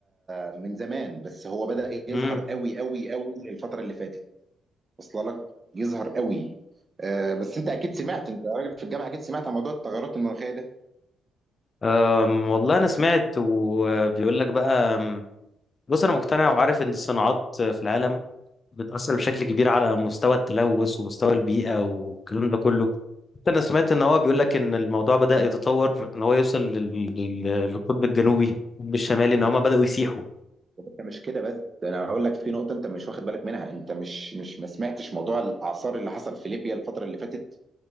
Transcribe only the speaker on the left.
امم
أم، والله انا سمعت وبيقول لك بقى أم، بص انا مقتنع وعارف ان الصناعات في العالم بتأثر بشكل كبير على مستوى التلوث ومستوى البيئة والكلام ده كله حتى انا سمعت ان هو بيقول لك ان الموضوع بدأ يتطور ان هو يوصل لل- لل- للقطب الجنوبي القطب الشمالي ان هما بدأوا يسيحوا